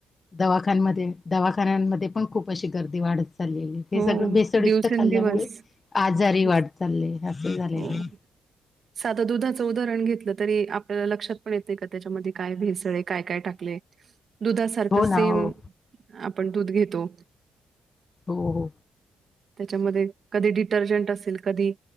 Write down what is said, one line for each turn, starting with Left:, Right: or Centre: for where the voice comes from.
Left: दवाखानमध्ये दवाखान्यांमध्ये पण खूप अशी गर्दी वाढत चा हे
Right: हो.
Left: सगळं भेसळयुक्त
Right: दिवसेंदिवस
Left: खाल्ल्यामुळे आजारी
Right: तेच.
Left: वाढ चालले असं झालेलं
Right: हो. साधं दुधाचं उदाहरण घेतलं तरी आपल्याला लक्षात पण येतेय का त्याच्यामध्ये काय भेसळ काय काय टाकलंय दुधासारख
Left: हो
Right: सेम
Left: ना हो
Right: आपण दूध घेतो
Left: हो हो
Right: त्याच्यामध्ये कधी डिटर्जंट असेल कधी